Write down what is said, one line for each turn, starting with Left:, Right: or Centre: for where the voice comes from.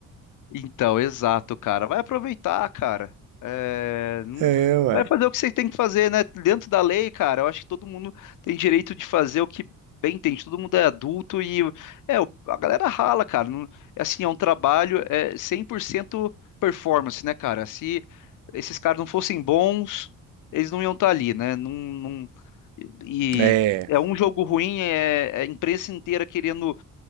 Left: Então, exato, cara. Vai aproveitar, cara. É, não-
Right: É, ué.
Left: Vai fazer o que você tem que fazer, né? Dentro da lei, cara, eu acho que todo mundo tem direito de fazer o que bem entende. Todo mundo é adulto e é, o- a galera rala, cara. Não- é Assim, é um trabalho é 100% performance, né, cara? Se esses caras não fossem bons, eles não iam estar ali, né? Não, não- E
Right: É,
Left: é um jogo ruim, é é a imprensa inteira querendo